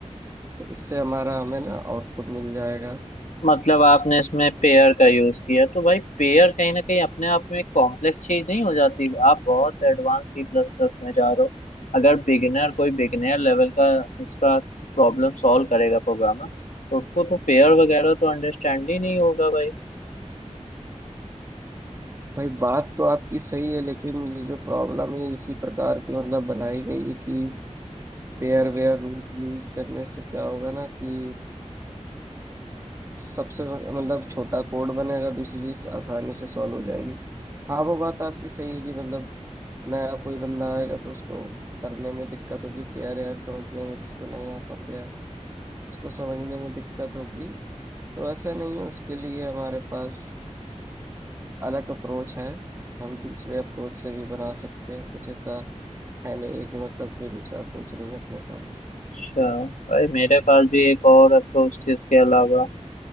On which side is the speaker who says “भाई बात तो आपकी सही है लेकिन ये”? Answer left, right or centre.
Right